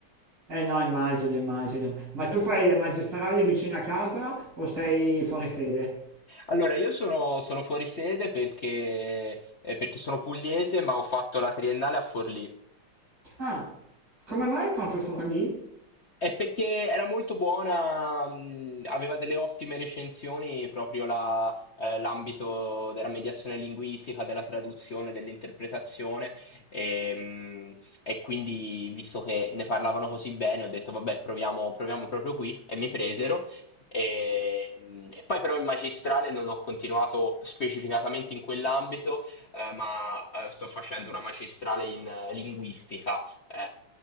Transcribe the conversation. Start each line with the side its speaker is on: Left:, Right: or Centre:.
Right: Eh no, immagino, immagino. Ma tu fai le magistrale vicino a casa o sei fuori sede?
Left: Allora, io sono, sono fuori sede perché, eh, perché sono pugliese, ma ho fatto la triennale a Forlì.
Right: Ah, come mai proprio Forlì?
Left: È perché era molto buona, mh, aveva delle ottime recensioni proprio la- eh, l'ambito della mediazione linguistica, della traduzione, dell'interpretazione e, mh, e quindi visto che ne parlavano così bene ho detto vabbè proviamo, proviamo proprio qui e mi presero e, mh, e poi però in magistrale non ho continuato specificatamente in quell'ambito eh, ma eh, sto facendo una magistrale in eh, linguistica eh,